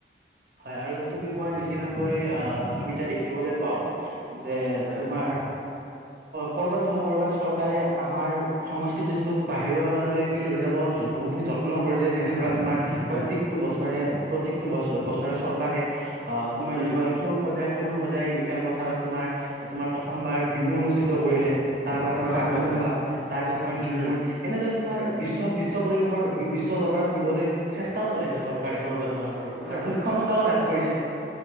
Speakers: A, on the right; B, in the centre.
A: হয় আৰু তুমি কোৱাৰ নিচিনাকৈ আহ আমি এতিয়া দেখিবলৈ পাওঁ যে
B: হয়।
A: তোমাৰ ক'ৰবাত নহয় ক'ৰবাত চৰকাৰে আমাৰ সংস্কৃতিটোক বাহিৰলৈকে লৈ যাব বহুখিনি যত্ন কৰিছে যেনে ধৰা তোমাৰ
B: হয়
A: প্ৰত্যেকটো বস্তু প্ৰত্যেকটো বছ বছৰে চৰকাৰে অ' তোমাৰ যেনেকুৱা
B: উম
A: সৰু সজাই -সৰু সজাই খেলপথাৰত তোমাৰ -তোমাৰ প্ৰথমবাৰ বিহু অনুষ্ঠিত কৰিলে তাৰ পৰা তোমাৰ
B: হয়
A: বাগুৰুম্বা,
B: হয় হয়
A: তাৰ পিছত তোমাৰ ঝুমুৰ
B: উম
A: এনেদৰে তোমাৰ বিশ্ব -বিশ্ব পৰিৱেশৰ বিশ্ব দৰবাৰত নিবলৈ চেষ্টাও চলাইছে চৰকাৰে ক'ৰবাত নহয় ক'ৰবাত
B: হয়
A: আৰু
B: -হয়
A: সক্ষমতাও
B: -হয়
A: লাভ কৰিছে